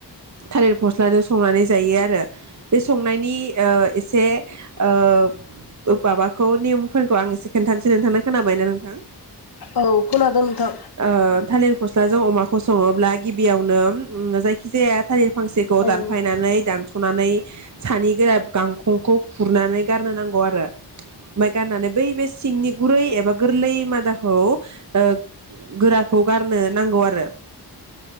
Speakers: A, on the right; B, on the left.
A: थालिर फस्लाजों संनानै जायो आरो बे संनायनि ओ- एस से ओ माबाखौ निमफोरखौ आं एसे खोन्थानोसै नोंथांनो खोनाबायना नोंथां
B: औ खोनादों नोंथां
A: ओ थालिर फस्लाजों अमाखौ सङोब्ला गिबियावनो उम जायखि जाया थालिर फांसेखौ
B: औ
A: दानफायनानै
B: नोंथां
A: दानस'नानै सानि गोरा गां खंखौ खुरनानै गारनो नांगौ आरो ओमफाय गारनानै बै बे सिंनि गुरै एबा गोरलै मादाखौ ओ गोराखौ गारनो नांगौ आरो